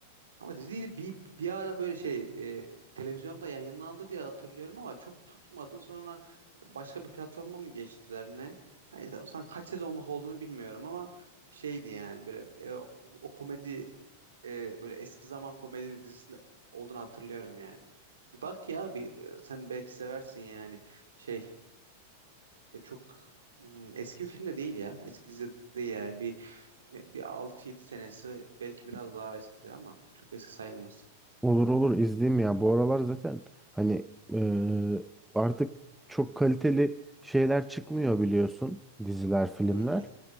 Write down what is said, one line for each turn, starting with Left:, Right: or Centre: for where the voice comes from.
Right: Ama diziydi bir, bir ara böyle şey e, televizyonda yayınlandı diye hatırlıyorum ama çok tutmadı. Sonra başka bir platforma mı geçtiler ne? Ha, işte, o zaman kaç sezonluk olduğunu bilmiyorum ama şeydi yani böyle e, o, o komedi e, böyle eski zaman komedi dizisinde olduğunu hatırlıyorum yani. Bir bak ya bir e, sen belki seversin yani şey e, çok hmm, eski bir film de değil ya eski dizi de değil yani bir bir 6 yedi senesi belki biraz daha eskidir ama çok eski sayılmaz.
Centre: Olur olur izleyeyim ya. Bu aralar zaten hani eee, artık çok kaliteli şeyler çıkmıyor biliyorsun. Diziler, filmler.
Right: Hı hı,